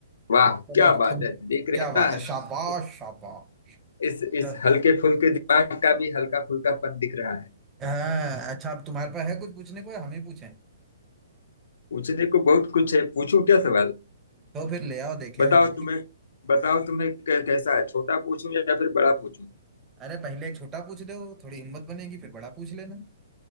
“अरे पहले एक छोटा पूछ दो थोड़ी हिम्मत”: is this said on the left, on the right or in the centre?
Right